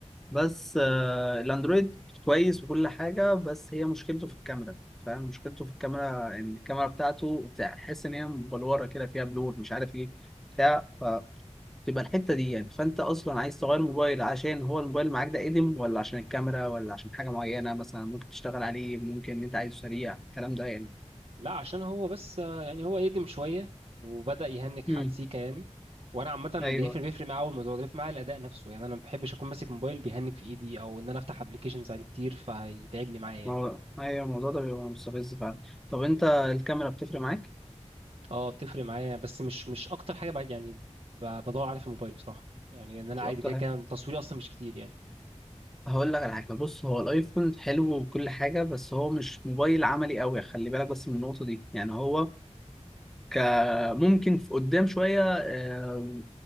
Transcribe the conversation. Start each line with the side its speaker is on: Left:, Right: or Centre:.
Centre: بس آه، الاندرويد كويس وكل حاجه بس هي مشكلته في الكاميرا فاهم مشكلته في الكاميرا ان الكاميرا بتاعته تحس ان هي مبلوره كده فيها بلور مش عارف ايه بتاع فتبقى الحته دي يعني فانت اصلا عايز تغير موبايل عشان هو الموبايل معاك ده قديم ولا عشان الكاميرا ولا عشان حاجه معينه مثلا ممكن تشتغل عليه ممكن ان انت عايزه سريع الكلام ده يعني
Right: لا عشان هو بس آه، يعني هو قدم شوية وبدأ يهنك حق
Centre: امم
Right: سيكا يعني وانا عامة
Centre: ايوه
Right: بيفرق بيفرق معايا أوي الموضوع ده بيفرق معايا الاداء نفسه يعني انا ما بحبش اكون ماسك موبايل بيهنك في ايدي او ان انا افتح ابلكيشنز عليه كتير فيتعبني معايا يعني
Centre: ما هو ايوه الموضوع ده بيبقى مستفز فعلا طب انت الكاميرا بتفرق معاك
Right: اه بتفرق معايا بس مش مش اكتر حاجة بقى يعني ب- بدور عليها في الموبايل بصراحة يعني ان انا
Centre: مش
Right: عادي
Centre: اكتر
Right: كده كده تصويري اصلا مش كتير يعني
Centre: هقول لك على حاجه بص هو الايفون حلو وكل حاجه بس هو مش موبايل عملي قوي خلي بالك بس من النقطه دي يعني هو ك ممكن في قدام شويه آه،